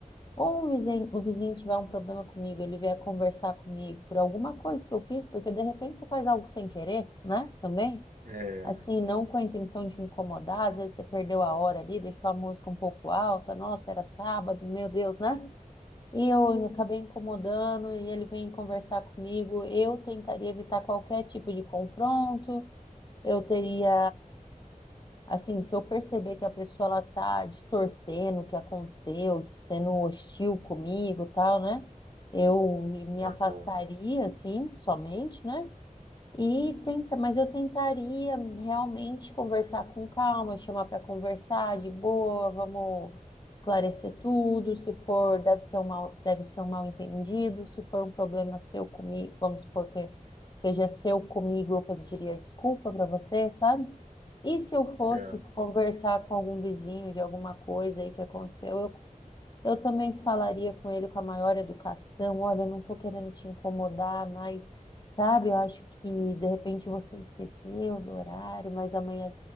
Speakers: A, on the left (about 30°); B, on the right (about 70°).
A: Ou o vizinho, o vizinho tiver um problema comigo, ele vier conversar comigo por alguma coisa que eu fiz, porque de repente você faz algo sem querer, né? Também.
B: É,
A: Assim, não com a intenção de incomodar, às vezes você perdeu a hora ali, deixou a música um pouco alta, nossa, era sábado, meu Deus, né? E eu acabei incomodando e ele vem conversar comigo. Eu tentaria evitar qualquer tipo de confronto, eu teria, assim, se eu perceber que a pessoa ela tá distorcendo o que aconteceu, sendo hostil comigo, e tal, né? Eu me
B: aham,
A: afastaria, assim, somente, né? E tenta, mas eu tentaria realmente conversar com calma, chamar para conversar de boa, vamos esclarecer tudo. Se for, deve ter um mal, deve ser um mal-entendido. Se for um problema seu comigo, vamos supor que seja seu comigo, eu pediria desculpa para você, sabe? E se eu fosse
B: certo.
A: conversar com algum vizinho de alguma coisa aí que aconteceu, eu eu também falaria com ele com a maior educação. Olha, eu não estou querendo te incomodar, mas sabe, eu acho que de repente você esqueceu do horário, mas amanhã,